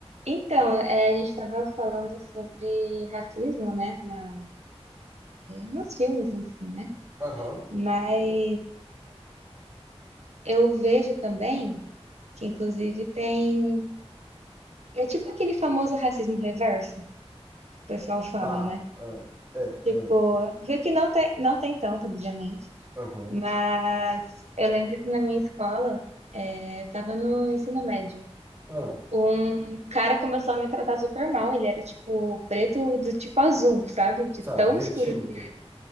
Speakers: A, on the right; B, on the right.
A: Então, é, a gente estava falando sobre racismo, né, na- nos filmes em si, né?
B: Aham,
A: Mas eu vejo também que, inclusive, tem. É tipo aquele famoso racismo reverso que o pessoal fala,
B: tá.
A: né?
B: Ah, é,
A: Tipo,
B: ah,
A: vê que não tem, não tem tanto, obviamente.
B: aham,
A: Mas eu lembro que na minha escola, eu tava no ensino médio.
B: ah,
A: Um cara começou a me tratar super mal. Ele era tipo preto do tipo azul, sabe? De
B: sabe,
A: tão
B: retinto.
A: escuro que ele